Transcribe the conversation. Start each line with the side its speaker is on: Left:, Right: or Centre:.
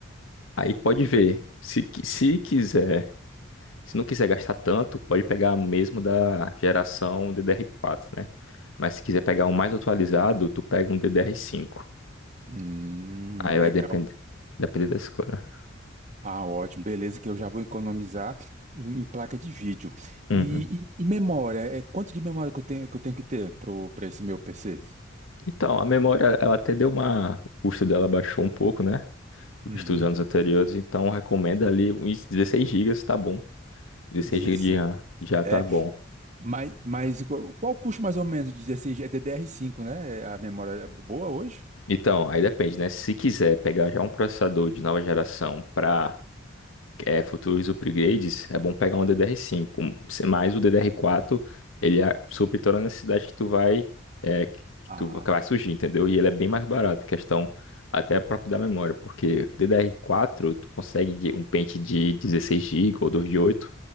Left: Aí pode ver. Se, qui- se quiser se não quiser gastar tanto, pode pegar mesmo da geração DDR4, né? Mas se quiser pegar um mais atualizado, tu pega um DDR5.
Right: Hum,
Left: Aí
Right: legal.
Left: vai depender, depender da escolha.
Right: Ah, ótimo. Beleza, que eu já vou economizar em, em placa de vídeo. E,
Left: Uhum.
Right: e- e memória? É, quanto de memória que eu tenho, que eu tenho que ter para esse meu PC?
Left: Então, a memória, ela até deu uma... O custo dela baixou um pouco, né?
Right: Uhum.
Left: Dos anos anteriores, então recomenda ali uns 16 gigas tá bom. 16
Right: 16.
Left: gigas de RAM já tá
Right: É,
Left: bom.
Right: mas, mas qual qual o custo mais ou menos de 16? É DDR5, né? É A memória é boa hoje?
Left: Então, aí depende, né? Se quiser pegar já um processador de nova geração para é, futuros upgrades, é bom pegar um DDR5. Se- Mas o DDR4, ele é, supre toda a necessidade que tu vai, é, que
Right: Ah,
Left: tu que vai surgir, entendeu? E ele é bem mais barato, questão até próprio da memória, porque DDR4 tu consegue de- um pente de 16 gigas ou 2 de 8,